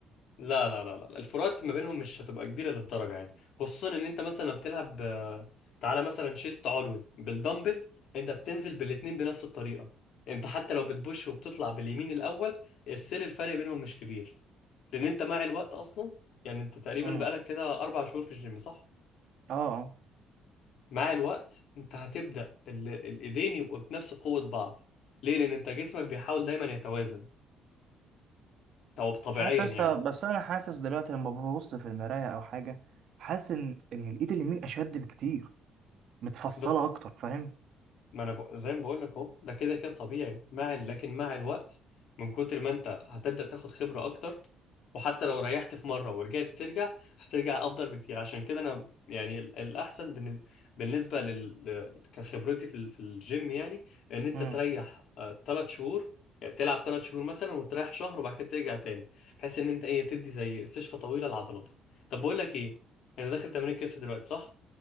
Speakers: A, on the left; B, on the right.
A: لا لا لا لا الفروقات ما بينهم مش هتبقى كبيرة للدرجة يعني خصوصا ان انت مثلا بتلعب آه، تعالى مثلا شيست علوي بالدمبل انت بتنزل بالاتنين بنفس الطريقة انت حتى لو بتبوش وبتطلع باليمين الاول السيل الفرق بينهم مش كبير لان انت مع الوقت اصلا يعني انت تقريبا
B: امم
A: بقالك كده اربع شهور في الجيم صح؟
B: اه اه
A: مع الوقت انت هتبدأ ال- الايدين يبقوا بنفس قوة بعض ليه؟ لأن أنت جسمك بيحاول دايما يتوازن أو طبيعيا
B: مش عارف يا اسطى
A: يعني
B: بس انا حاسس دلوقتي لما ببص في المرايه او حاجه حاسس ان ان الايد اليمين اشد بكتير متفصله
A: ده
B: اكتر فاهم
A: ما أنا ب... زي ما بقول لك أهو ده كده كده طبيعي مع ال... لكن مع الوقت من كتر ما أنت هتبدأ تاخد خبرة أكتر وحتى لو ريحت في مرة ورجعت ترجع هترجع أفضل بكتير عشان كده أنا يعني ال- الأحسن بالن- بالنسبة لل... ل- كخبرتي في ال- في الجيم يعني إن أنت
B: امم
A: تريح ثلاث شهور يعني تلعب ثلاث شهور مثلا وتريح شهر وبعد كده ترجع تاني بحيث إن أنت إيه تدي زي استشفى طويلة لعضلاتك طب بقول لك إيه أنا داخل تمرين كتف دلوقتي صح؟